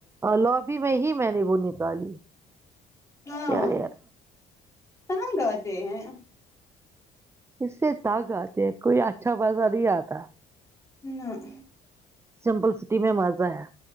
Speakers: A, on the right; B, on the left.
A: لوبی میں ہی میں نے وہ نکالی
B: ہاں
A: کیا یار
B: کہاں گے ہیں
A: اس سے دگ آتے کوئی اچھا مزہ نہیں آتا
B: ہوں
A: سمپل سٹی میں مزہ ہے